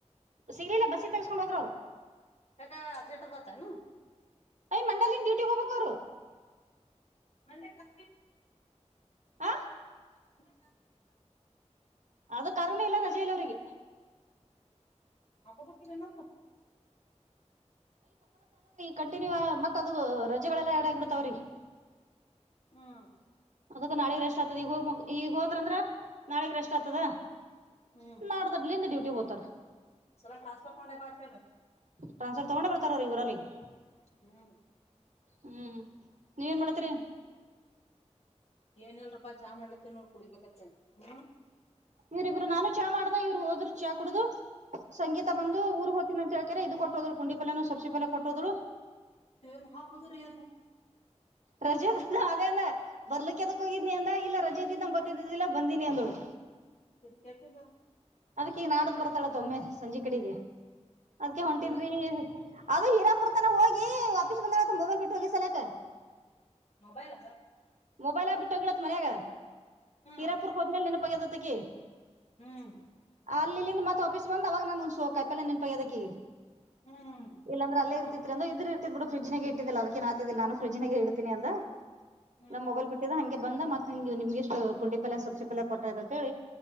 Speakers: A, on the right; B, on the left.
A: ಸಿಂಗಳಿಲ್ಲ ಬಸ್ಸಿಗೆ ತಗಸ್ಕೊಂಡ ಹದ್ರ ಅವ್ರು
B: ಕ ಹಜಾರಟ ಕತನು
A: ಯ್ ಮಂಡಲಿನ ಡ್ಯೂಟಿ ಹೋಗ್ಬೇಕರು
B: ಮಂದೆ ಕಪ
A: ಹ
B: ಅಂದೆ
A: ಅದು ಕರುಣೆ ಇಲ್ಲ ರಜಲಿ ಅವ್ರರಿಗೆ
B: ಅಪ್ಪ ಬಲ ನ
A: ಕಂಟಿನ್ಯೂ ಮತ್ತ ಅದು ರಜೆಗಳೆಲ್ಲಾ ಎರಡಗಬಿಡ್ತಾವ್ರಿ
B: ಹ್ಮ್
A: ಅದಕ ನಾಡಗ ರೆಸ್ಟ್ ಆಗ್ತದ ಈಗ ಹೋಗ ಈಗ ಹೋದ್ರಂದ್ರ ನಾಡಗ ರೆಸ್ಟ್ ಆತದ
B: ಹ್ಮ್
A: ನಾಡ್ದಲ್ಲಿಿಂದ ಡ್ಯೂಟಿ ಹೋಗತಾರ
B: ಸಲ ಟ್ರಾನ್ಸ್ಫರ್ ಮಾಡೆ ಬಾ ಅಂತ ಹೇಳ್ರಿ
A: ಟ್ರಾನ್ಫರ್ ತಗೊಂಡ ಬರ್ತರ ಈ ಇವರಲ್ಲಿ ಈ
B: ಹ್ಮ
A: ಹ್ಮ್ ನೀವ ೇನ್ ಮಾಡತರಿ
B: ಏನಲ್ ರೂಪಾ ಚಾ ಮಾಡ್ಲತ್ತ ನೋಡ್ ಕುಡಿಬೇಕತ್ತೇ ಹ್ಮ
A: ಇವರಿಬ್ರು ನಾನು ಚಾ ಮಾಡ್ದ ಇವ್ರು ಹೋದ್ರು ಚಾ ಕುಡುದು ಸಂಗತ ಬಂದು ಊರ್ಗ್ ಹೋ್ತಿನಿ ಅಂತ ಕೆರೆ ಇದು ಕೊಟ್ಟೋದ್ರು ಪುಂಡಿಫಲ್ಲನು ಸಬ್ಸಿ ಪಲ್ಲ ಕೊಟ್ಟೋ್ರು
B: ್ ಹಾಬದ ರ ಯ
A: ರಜೆ ಅ ಅದೇ ಅಂದ ಬರ್ಲಿಕ್ಕೆದಕ್ ಹೋಗಿದನಿ ಅಂದ ಇಲ್ಲ ರಜೆ ಇದ್ದಿದ್ದಂಗ ಗೊತ್ತಿದ್ದಿದ್ದಿಲ್ಲ ಬಂದೀನಿ ಅಂದಳು
B: ರಿಿಕತದಾ
A: ಅದ್ ಈಗ ನಾಡ್ದ ಬರ್ತಾಳೆ ತೊಮ್ಮೆ ಸಂಜೆ ಕಡೆಗೆ ಅದ್ಕ
B: ಅಡ್ಯಾಗ
A: ಹೊಂಟನ್
B: ಬೀಳತ್ತದ
A: ರೀ ಅದ ಹರಾಪ ಹೋಗಿ ವಾಪಸ್ ಬಂದ ಮೊಬೈಲ್ ಬಿಟ್ಟು ಹೋಗಿ ಸಲಕ
B: ಮೊಬೈಲ್ ಅ
A: ಮೊಬೈಲ ಆ ಬಿಟ್ಟೋಗಿಡತ್ ಮನ್ಯಾಗ
B: ಹ್ಮ್
A: ಹೀರಾಪುರ್ ಹೋದ್ಮೇಲೆ ನೆನಪಗ್ಯದತ್ತಕ
B: ಹ್ಮ್
A: ಅಲ್ಲಿ ಇಲ್ಲಿಂದ ಮತ್ತ ಆಫೀಸ್ ಬಂದ್ ಅವಾಗ ನಾನ ಒಂದಸ ಕಾಯಿಲ್ ನೆನ್ಪಾಗ ಅದಕ
B: ಹ್ಮ್ ಹ್ಮ್
A: ಇಲ್ಲಾಂದ್ರೆ ಅಲ್ಲೇ ಇರ್ತಿತಿ ್ರ ಇದ್ರ ಇರ್ತಿ ಬಿ ್ರಿ್ಾಗ ಇಟ್ಟಿದ್ದ ಅದಕ್ಕಏ ಆತಾಿಲ್ಲ ನಾನ ಫ್ರಿ್ಾಗ ಹ ಇಡ್ೀನಿ ಅಂತ
B: ಹ್ಮ್
A: ನಮ್ ಮೊಬೈಲ್ ಬಿಟ್ಟಿದಂ ಬಂದ ಮತ್ತೆ ನಿಗೆ ನಿಮ್ಗೆಷ್ಟು ಪುಂಡಿ ಪಲ್ಯ ಸಬ್ಸಿ ಪಲ್ಯ ಕೊಟ್ಟಾಯಯ್ತ ಅಂತ ಹೇಳಿ